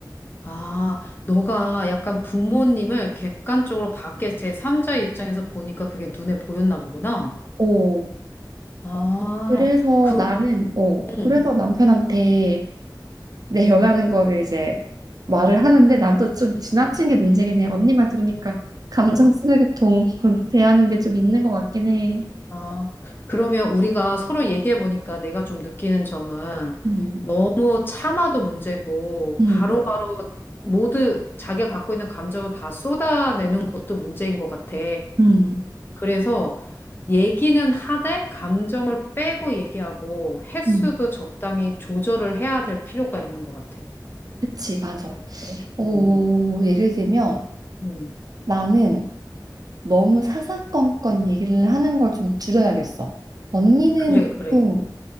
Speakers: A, on the left; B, on the right.
A: 아, 너가 약간 부모님을 객관적으로 밖에 제3자의 입장에서 보니까 그게 눈에 보였나 보구나.
B: 어,
A: 아,
B: 그래서
A: 그,
B: 나는, 어, 그래서
A: 응,
B: 남편한테 내 연하는 거를 이제 말을 하는데 난 또 좀 지나친 게 문제긴 해. 언니 말 들으니까 감정
A: 응.
B: 쓰레기통으로 <laughs> 대하는 게 좀 있는 것 같긴 해.
A: 아, 그러면 우리가 서로 얘기해 보니까 내가 좀 느끼는 점은
B: 음,
A: 너무 참아도 문제고
B: 음,
A: 바로바로 모두 자기가 갖고 있는 감정을 다 쏟아내는 것도 문제인 것 같아.
B: 음,
A: 그래서 얘기는 하되 감정을 빼고 얘기하고 횟수도
B: 음.
A: 적당히 조절을 해야 될 필요가 있는 것 같아.
B: 그치, 맞아. 어,
A: 어,
B: 예를 들면
A: 음,
B: 나는 너무 사사건건 얘기를 하는 걸 좀 줄여야겠어. 언니는
A: 그래, 그래.
B: 보통